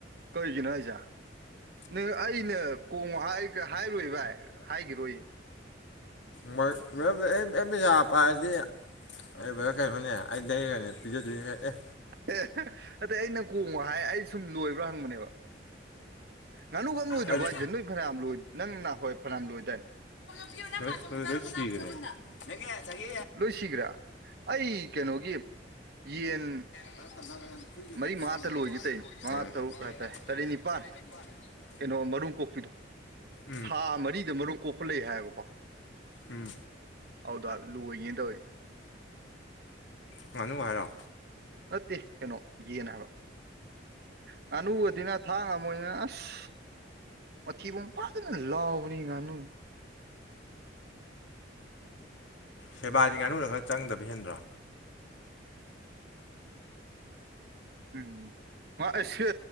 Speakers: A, on the right (about 55°); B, on the left (about 80°).
A: ꯀꯩꯒꯤꯅꯣ ꯍꯥꯏꯖꯦ ꯅꯪ ꯑꯩꯅ ꯀꯣꯡꯉꯣ ꯍꯥꯏ ꯀꯥ ꯍꯥꯏꯔꯣꯏ ꯚꯥꯏ ꯍꯥꯏꯒꯤꯔꯣꯏꯌꯦ
B: ꯃꯩ ꯃꯌꯥꯝ ꯂꯩ ꯑꯩ ꯑꯩꯅ ꯄꯩꯁꯥ ꯄꯥꯏꯔꯗꯤ ꯑꯩ ꯕ꯭ꯔꯗꯔ ꯀꯩꯅꯣꯅꯦ ꯑꯩ ꯂꯩꯔꯒꯅꯦ ꯄꯤꯖꯗꯣꯏꯖꯦ ꯑꯦ
A: <unintelligible> ꯅꯠꯇꯦ ꯑꯩꯅ ꯀꯣꯡꯉꯣ ꯍꯥꯏ ꯑꯩ ꯁꯨꯝ ꯂꯣꯏꯕ꯭ꯔꯥ ꯍꯪꯕꯅꯦꯕ ꯉꯥꯅꯨ ꯑꯝ ꯂꯣꯏꯗ꯭ꯔꯕꯣ
B: ꯑꯗꯨ
A: ꯍꯥꯏꯖꯦ ꯅꯣꯏ ꯐꯅꯌꯥꯝ ꯂꯣꯏ ꯅꯪ ꯅꯍꯥꯋꯥꯏ ꯐꯅꯌꯥꯝ ꯂꯣꯏꯗꯥꯏ
B: <unintelligible> ꯂꯣꯏ ꯁꯤꯒꯔꯦ <unintelligible>
A: ꯂꯣꯏ ꯁꯤꯒ꯭ꯔꯦ ꯑꯩ ꯀꯩꯅꯣꯒꯤ ꯌꯦꯟ
B: <unintelligible>
A: ꯃꯔꯤ ꯃꯉꯥꯇ ꯂꯣꯏꯒꯦ ꯇꯧꯅꯤ ꯃꯉꯥ ꯇꯔꯨꯛ ꯍꯥꯏꯇꯥꯔꯦ ꯇꯔꯦꯠ ꯅꯤꯄꯥꯟ ꯀꯩꯅꯣ ꯃꯔꯨꯝ ꯀꯣꯛꯄꯤꯗꯣ
B: ꯎꯝ
A: ꯊꯥ ꯃꯔꯤꯗ ꯃꯔꯨꯝ ꯀꯣꯛꯄ ꯂꯩ ꯍꯥ ꯍꯥꯏꯕꯀꯣ
B: ꯎꯝ
A: ꯑꯗꯨꯗꯣ ꯂꯣꯏꯒꯦꯅ ꯇꯧꯋꯤꯅꯦ
B: ꯉꯥꯅꯨ ꯍꯥꯏꯔꯣ
A: ꯅꯠꯇꯦ ꯀꯩꯅꯣ ꯌꯦꯟ ꯍꯥꯏꯕ ꯉꯥꯅꯨꯒꯗꯤ ꯅꯥ ꯊꯥꯛ ꯉꯝꯃꯣꯏ ꯅꯥ ꯑꯁ ꯃꯊꯤꯕꯣꯡ ꯐꯖꯅ ꯂꯥꯎꯕꯅꯤ ꯉꯥꯅꯨ
B: ꯁꯦꯕꯥꯗꯤ ꯉꯥꯅꯨꯅ ꯈꯔ ꯆꯪꯗꯕ ꯍꯦꯟꯗ꯭ꯔꯣ
A: ꯎꯝ ꯉ ꯑꯩꯁ ꯁꯦ